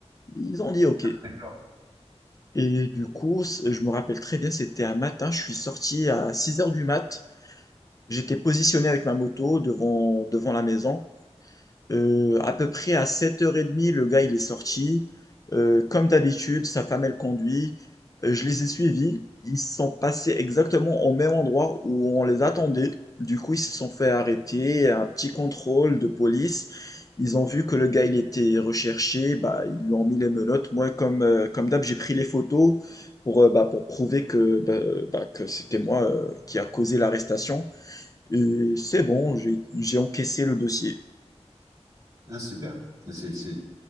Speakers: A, on the left; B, on the right.
A: Ils ont dit OK.
B: D'accord.
A: Et du coup, c- je me rappelle très bien, c'était un matin, je suis sorti à 6 heures du mat. J'étais positionné avec ma moto devant, devant la maison. Euh, à peu près à 7h30, le gars il est sorti. Euh, comme d'habitude, sa femme elle conduit. Euh, je les ai suivis. Ils sont passés exactement au même endroit où on les attendait. Du coup, ils se sont fait arrêter, un petit contrôle de police. Ils ont vu que le gars il était recherché, bah, ils lui ont mis les menottes. Moi, comme, euh, comme d'hab, j'ai pris les photos pour, euh, bah, pour prouver que, bah, bah, que c'était moi euh, qui a causé l'arrestation. Et c'est bon, j'ai j'ai encaissé le dossier.
B: Ah, super. C'est c'est-